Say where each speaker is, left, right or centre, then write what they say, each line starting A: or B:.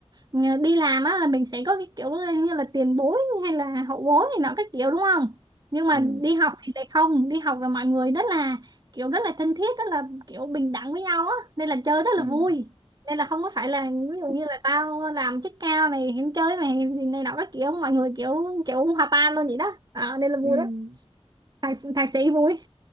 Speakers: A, on the right (about 40°); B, on the right (about 80°).
A: ờ, đi làm á là mình sẽ có cái kiểu ờ, như là tiền bối hay là hậu bối này nọ các kiểu đúng không nhưng mà
B: ừm,
A: đi học thì lại không đi học là mọi người rất là kiểu rất là thân thiết rất là kiểu bình đẳng với nhau á nên là chơi rất
B: ừm,
A: là vui nên là không có phải là ví dụ như là tao làm chức cao này hẹn chơi mày thì này nọ các kiểu mọi người kiểu kiểu hòa tan luôn vậy đó à, nên là vui
B: ừm.
A: lắm thạc, thạc sĩ vui